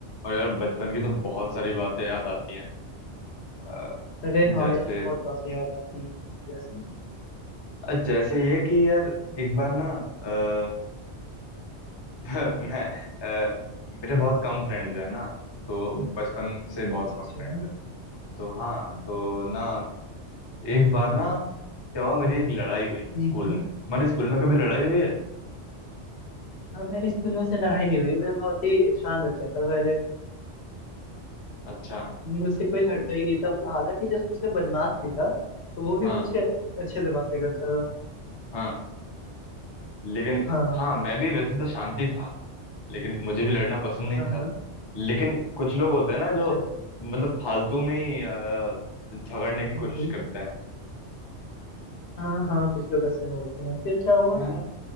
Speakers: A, on the left; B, on the left.
A: और यार बचपन की तो बहुत सारी बातें याद आती हैं अ,
B: अरे
A: जैसे
B: हाँ यार बहुत बातें याद आती हैं जैसे
A: अ, जैसे ये कि यार एक बार ना अ, <laughs> मैं
B: हम्म,
A: अ, मेरे बहुत कम फ्रेंड्स हैं ना तो बचपन से बहुत
B: अच्छा
A: कम
B: अच्छा
A: फ्रेंड्स
B: हम्म
A: हैं तो हाँ तो ना एक बार ना क्या हुआ मेरी एक लड़ाई हुई
B: हम्म
A: स्कूल
B: हम्म।
A: में तुम्हारे स्कूल में कभी लड़ाई हुई है
B: अब मेरे स्कूल में से लड़ाई नहीं हुई मैं बहुत ही शांत बच्चा था पहले
A: अच्छा
B: मुझसे कोई लड़ता ही नहीं था हालांकि जो सबसे बदमाश भी था तो वो भी
A: हाँ
B: मुझसे अच्छे से बातें करता था
A: हाँ लेकिन
B: हाँ
A: हाँ मैं भी वैसे तो शांति था लेकिन मुझे भी लड़ना पसंद नहीं
B: हाँ
A: था
B: हाँ
A: लेकिन कुछ लोग होते हैं ना
B: अच्छा
A: जो मतलब फालतू में ही अ, झगड़ने
B: हम्म
A: की कोशिश
B: हम्म,
A: करते हैं
B: हाँ हाँ कुछ लोग ऐसे होते हैं फिर क्या हुआ
A: है ना